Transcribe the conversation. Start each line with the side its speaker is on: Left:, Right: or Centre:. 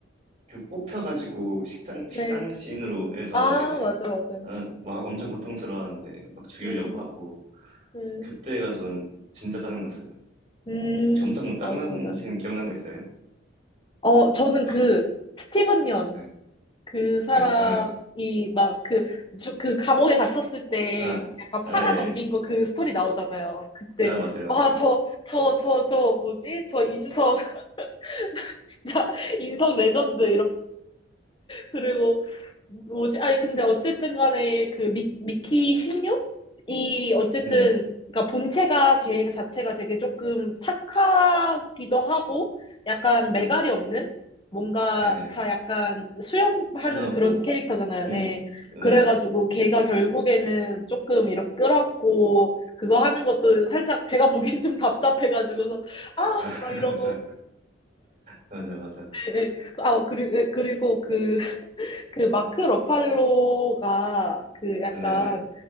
Right: 그 뽑혀가지고 식당
Left: 네.
Right: 식당 씬으로 해서
Left: 아,
Right: 이제
Left: 맞아, 맞아요.
Right: 아, 막 엄청 고통스러워하는데 막 죽이려고
Left: 네.
Right: 하고
Left: 네.
Right: 그때가 저는 진짜 짜증났어요.
Left: 음,
Right: 혹시 엄청 짜증나시는
Left: 맞아, 맞아.
Right: 기억나는 거 있어요?
Left: 어, 저는
Right: 막
Left: 그, 스티븐 연,
Right: 예,
Left: 그 사람이
Right: 예, 아,
Left: 막 그, 주- 그 감옥에 갇혔을 때
Right: 아,
Left: 약간
Right: 아,
Left: 팔아
Right: 예,
Left: 넘긴 거 그 스토리 나오잖아요. 그때,
Right: 예. 아, 맞아요, 맞아요.
Left: 와, 저, 저, 저, 저, 뭐지? 저 인성, <laughs> 진짜 인성 레전드 그리고 뭐지? 아니 근데 어쨌든 간에 그 미, 미키 16이 어쨌든
Right: 네,
Left: 그러니까 본체가 걔 자체가 되게 조금 착하기도 하고 약간
Right: 네,
Left: 매갈이 없는 뭔가
Right: 예, 예.
Left: 다 약간 수용하는
Right: 순하고,
Left: 그런 캐릭터잖아요.
Right: 음,
Left: 네.
Right: 네,
Left: 그래가지고
Right: 네.
Left: 걔가 결국에는 조금 이렇게 끌어안고 그거 하는 것도 살짝 제가 보기엔 좀 답답해가지고서 아
Right: 아,
Left: 막 이러고
Right: <laughs> 맞아, 맞아, 맞아.
Left: 예, 예. 아 그리고 그리고 그 그 마크 러팔로가 그 약간
Right: 네, 네,